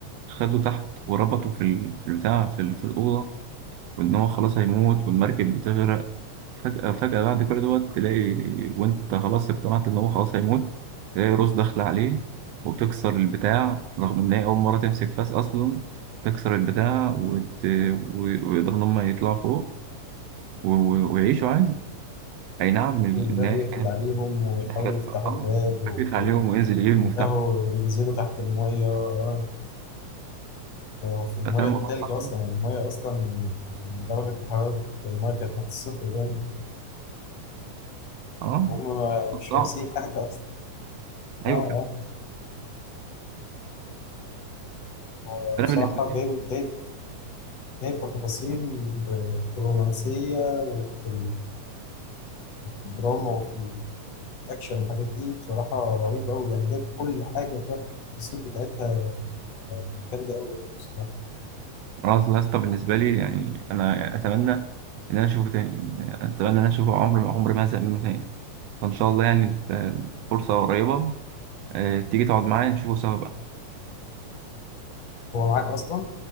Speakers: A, on the right; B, on the left.
A: خده تحت وربطه في ال- في البتاع في, ال- في الاوضه وان هو خلاص هيموت والمركب بتغرق فجأة فجأة بعد كل دوت تلاقي وانت خلاص اقتنعت ان هو خلاص هيموت تلاقي روس داخلة عليه وتكسر البتاع رغم ان هي اول مرة تمسك فاس اصلا تكسر البتاع وت... و... ويقدروا ان هم يطلعوا فوق و... و... ويعيشوا عادي اي نعم ال-
B: والباب
A: ان هي
B: يقفل
A: كانت
B: عليهم ويحاولوا
A: حاجة
B: يفتحوا
A: اه
B: الباب
A: بيقف عليهم وينزل يجيب المفتاح
B: ده بينزلوا تحت المية آه، هو في المية
A: فكان الموضوع
B: التلج
A: صعب
B: أصلا يعني المية أصلا درجة الحرارة المية كانت تحت الصفر دايما
A: اه
B: وهم ما- مش
A: صعب
B: لابسين حاجة أصلا
A: ايوه
B: آه آه هو
A: فانا
B: بصراحة
A: بالنسبة لي
B: جايب جايب جايب تفاصيل في الرومانسية وفي الدراما وفي الأكشن والحاجات دي بصراحة رهيبة أوي يعني جايب كل حاجة فيها التفاصيل بتاعتها جامدة أوي يعني بصراحة
A: خلاص لاسطى بالنسبة لي يعني انا اتمنى ان انا اشوفه تاني يعني انا اتمنى ان انا اشوفه عمر عمر ما هزهق منه تاني فإن شاء الله يعني آه، فرصة قريبة آه، تيجي تقعد معايا نشوفه سوا بقى
B: هو معاك أصلا؟